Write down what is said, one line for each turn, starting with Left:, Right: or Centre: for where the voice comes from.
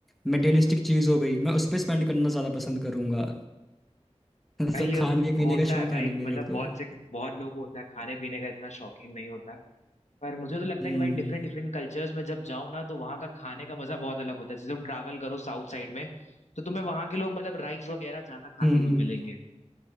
Centre: मटेरियलिस्टिक चीज़ हो गई मैं उस पर स्पेंड करना ज़्यादा पसंद करूंगा <laughs>
Left: भाई
Centre: तो
Left: ये
Centre: खाने पीने
Left: होता
Centre: का शौक
Left: है भाई
Centre: है नहीं मेरे
Left: मतलब बहुत
Centre: को
Left: से बहुत लोग होता है खाने पीने का इतना शौकीन नहीं होता है पर मुझे तो लगता
Centre: हम्म
Left: है कि भाई डिफरेंट डिफरेंट कल्चर्स में जब जाओ ना तो वहाँ का खाने का मजा बहुत अलग होता है जैसे तुम ट्रैवल करो साउथ साइड में तो तुम्हें वहाँ के लोग मतलब राइस वगैरह ज्यादा खाते
Centre: हम्म
Left: हुए
Centre: हम्म,
Left: मिलेंगे